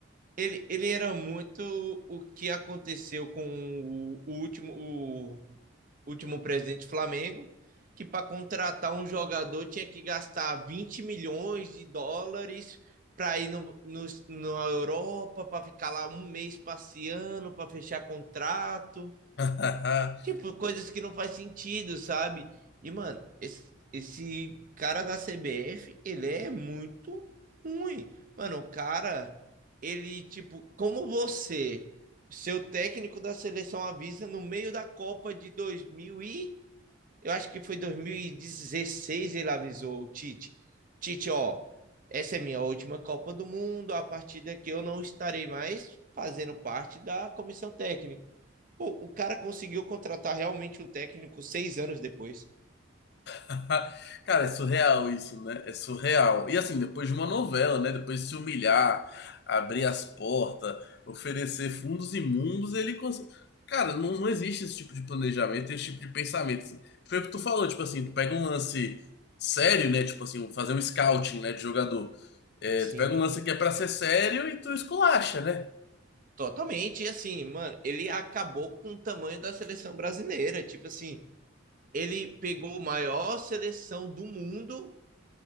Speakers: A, on the right (about 45°); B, on the left (about 55°).
A: ele, ele era muito o que aconteceu com o, o último, último presidente do Flamengo, que para contratar um jogador tinha que gastar 20 milhões de dólares para ir no, no, na Europa, para ficar lá um mês passeando, para fechar contrato.
B: <laughs>
A: Tipo, coisas que não faz sentido, sabe? E, mano, esse, esse cara da CBF, ele é muito ruim. Mano, o cara, ele, tipo, como você, seu técnico da seleção avisa no meio da Copa de 2000 e eu acho que foi 2016 ele avisou o Tite. Tite, ó, essa é minha última Copa do Mundo, a partir daqui eu não estarei mais fazendo parte da comissão técnica. Pô, o cara conseguiu contratar realmente um técnico seis anos depois.
B: <laughs> Cara, é surreal isso, né? É surreal. E assim, depois de uma novela, né? Depois de se humilhar, abrir as portas, oferecer fundos imundos, ele. cons- Cara, não, não existe esse tipo de planejamento, esse tipo de pensamento. assim. Foi o que tu falou, tipo assim, tu pega um lance sério, né? Tipo assim, fazer um scouting, né, de jogador. É,
A: Sim,
B: tu pega um lance que é pra ser sério e tu esculacha, né?
A: totalmente. E assim, mano, ele acabou com o tamanho da seleção brasileira. Tipo assim, ele pegou a maior seleção do mundo